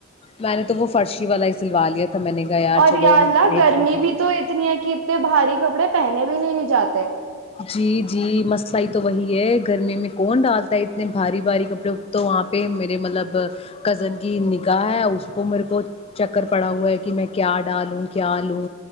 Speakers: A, on the left; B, on the right.
A: میں نے تو وہ فرشی والا ہی سلوال لیا تھا میں نے کہا یار
B: اور
A: چلو
B: یا اللہ
A: ایک
B: گرمی
A: ہی دن
B: بھی تو اتنی ہے کہ اتنے بھاری کپڑے پہن بھی نہیں نہیں جاتے <unintelligible>
A: جی جی مسلا ہی تو وہی ہے گرمی میں کون ڈالتا ہے اتنے بھاری بھاری کپڑے تو وہاں پہ میرے مطلب کزن کی نگاہ ہے اس کو میرے کو چکر پڑا ہوا ہے کہ میں کیا ڈالوں کیا لوں